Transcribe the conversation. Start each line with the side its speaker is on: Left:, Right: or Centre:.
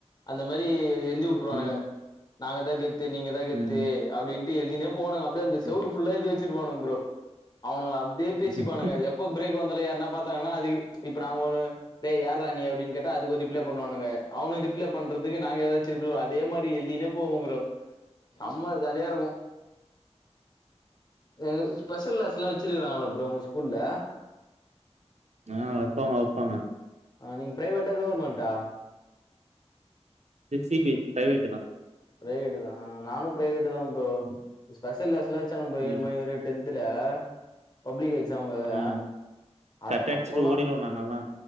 Left: அந்த மாரி எழுதி உட்ருவானுக
Right: ம்
Left: நாங்க தா கெத்து நீங்க தா கெத்து
Right: ம்
Left: அப்டின்ட்டு எழுதினே போவானுக அப்டியே அந்த
Right: ம்
Left: செவுரு ஃபுல்லா எழுதி வெச்சிருப்பானுக ப்ரோ அவுனுக அப்டியே பேசிப்பானுக
Right: ம்
Left: எப்ப பிரேக் லே யார்னா பாத்தாங்கனா அது இப்ப நாங்க ஒரு டே யார்றா நீ அப்டின் கேட்டா அதுக்கு ரிப்ளை பண்ணுவானுக அவனு க ரிப்ளை பண்றதுக்கு நாங்க எதாச்சு ரிப் அதே மாரி எழுதினே போவோ ப்ரோ செம்ம ஜாலியா இருக்கு ம் ஸ்பெஷல் க்ளாஸ் லா வச்சிருக்றாங்ளா ப்ரோ உங்க ஸ்கூல்ல
Right: ஆ வெப்பாங்க வெப்பாங்க
Left: ஆ நீங்க ப்ரைவேட்டா கவர்மெண்ட்டா
Right: ச சி பி ப்ரைவேட்டுதா
Left: ப்ரைவேட்டுதா ஆ நானு பிரைவேட்டுதா ப்ரோ
Right: ம்
Left: ஸ்பெஷல் க்ளாஸ்லா வெச்சாங்க ப்ரோ ஏழு
Right: ம்
Left: மணி வரையு டென் த்ல பப்ளிக் எக்ஸாம்காக
Right: ஆ
Left: அ
Right: கட் அடிச்சுட்டு
Left: அப்பல்லா
Right: ஓடிடுவோ நாங்கல்லா